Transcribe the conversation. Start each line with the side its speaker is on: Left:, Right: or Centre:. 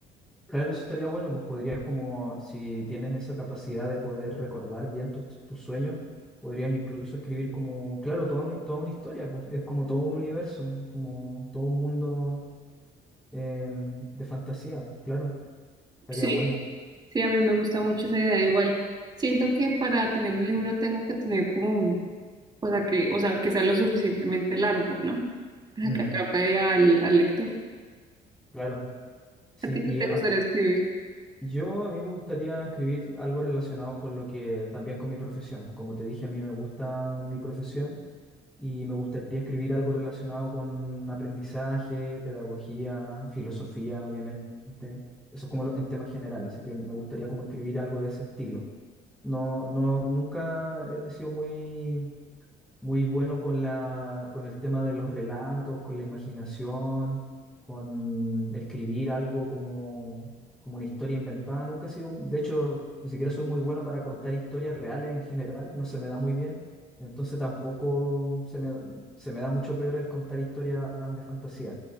Centre: Claro, eso estaría bueno, pues podrías como, si tienes esa capacidad de poder recordar bien tus tus sueños, podrías incluso escribir como, claro, toda, un- toda una historia, pues es como todo un universo, como todo un mundo em, de fantasía, pues, claro, estaría
Right: Sí,
Centre: bueno.
Right: Sí, a mí me gusta mucho esa idea. Igual, siento que para tener un libro tengo que tener como un, o sea, que, o sea, que sea lo suficientemente largo, ¿no? Para
Centre: Mm,
Right: que atrape al, al lector.
Centre: claro, sí,
Right: ¿A ti qué
Centre: y
Right: te
Centre: a-
Right: gustaría escribir?
Centre: yo a mí me gustaría escribir algo relacionado con lo que, también con mi profesión, pues como te dije, a mí me gusta mi profesión. y me gustaría escribir algo relacionado con aprendizaje, pedagogía, filosofía, obviamente. Eso es como lo- en tema general, así que me gustaría como escribir algo de ese estilo. No, no, nunca he he sido muy muy bueno con la, con el tema de los relatos, con la imaginación, con escribir algo como, como una historia inventada. Nunca he sido, de hecho, ni siquiera soy muy bueno para contar historias reales en general, no se me da muy bien. Entonces tampoco se me, se me da mucho peor el contar historias de fantasía.